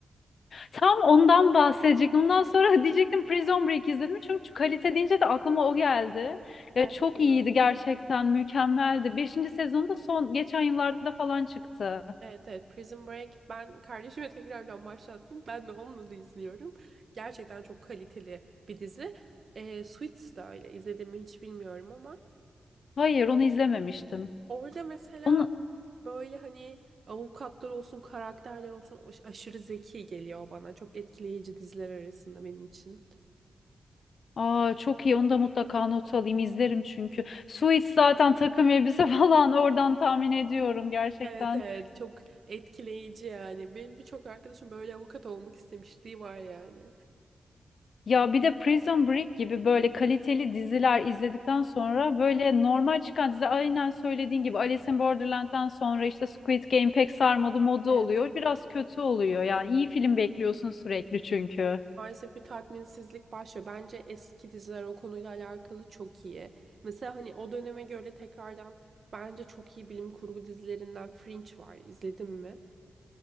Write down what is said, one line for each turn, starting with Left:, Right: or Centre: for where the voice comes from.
Left: Tam ondan bahsedecektim. Ondan sonra <laughs> diyecektim Prison Break izledim. Çünkü kalite deyince de aklıma o geldi.
Right: Gerçekten
Left: Ya çok iyiydi
Right: öyle.
Left: gerçekten. Mükemmeldi. Beşinci sezonu da son geçen yıllarda falan çıktı.
Right: Evet evet Prison Break ben kardeşime <laughs> tekrardan başlattım. Ben de onunla da izliyorum. Gerçekten çok kaliteli bir dizi. Ee, Suits da öyle izlediğimi hiç bilmiyorum ama
Left: Hayır onu izlememiştim.
Right: orada mesela
Left: Onu
Right: böyle hani avukatlar olsun karakterler olsun aş- aşırı zeki geliyor bana. Çok etkileyici diziler arasında benim için.
Left: Aa, çok iyi onu da mutlaka not alayım izlerim çünkü. Suits zaten takım elbise <laughs> falan oradan tahmin ediyorum gerçekten.
Right: Evet evet çok etkileyici yani. Benim birçok arkadaşım böyle avukat olmak istemişliği var yani.
Left: Ya bir de Prison Break gibi böyle kaliteli diziler izledikten sonra böyle normal çıkan dizi aynen söylediğin gibi Alice in Borderland'dan sonra işte Squid Game pek sarmadı modu
Right: evet
Left: oluyor. Biraz kötü oluyor yani iyi film bekliyorsun sürekli çünkü.
Right: Maalesef bir tatminsizlik başlıyor. Bence eski diziler o konuyla alakalı çok iyi. Mesela hani o döneme göre tekrardan bence çok iyi bilim kurgu dizilerinden Fringe var. İzledin mi?